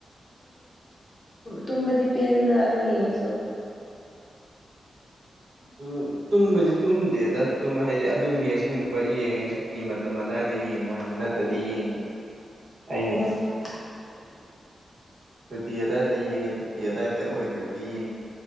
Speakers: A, on the left; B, on the right.
A: ꯇꯨꯝꯕꯗꯤ ꯄꯦꯟꯕ꯭ꯔꯥ ꯑꯗꯣ ꯌꯦꯡꯉꯁꯨ
B: ꯎꯝ ꯇꯨꯝꯕꯁꯤ ꯇꯨꯝꯗꯦꯗꯨꯝ ꯍꯥꯏꯗꯤ ꯑꯗꯨ ꯃꯦꯠꯁꯀꯨꯝꯕ ꯌꯦꯡꯉꯦ ꯁꯨꯇꯤ ꯃꯇꯝ ꯑꯗꯨꯋꯥꯏꯗ ꯌꯦꯡꯕ ꯍꯥꯏꯅꯤ ꯅꯠꯇꯦ ꯇꯗꯤ ꯌꯦꯡꯗꯦ ꯑꯩꯃꯗꯤ
A: <inaudible>
B: ꯁꯨꯇꯤ ꯑꯋꯥꯏꯗ ꯌꯦꯡꯉꯦ ꯁꯨꯇꯤ ꯑꯋꯥꯏꯗ ꯑꯣꯏꯗ꯭ꯔꯗꯤ ꯌꯦꯡꯗꯦ